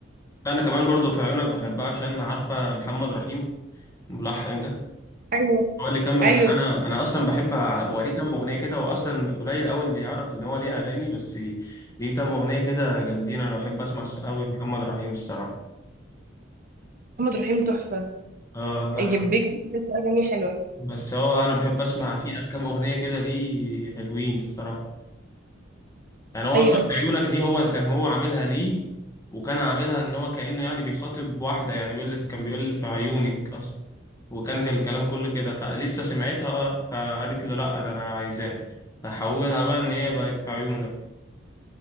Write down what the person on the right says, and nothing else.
ايوه
ايوه
محمد رحيم تحفة
جنبك
بجد أغاني حلوة
أيوة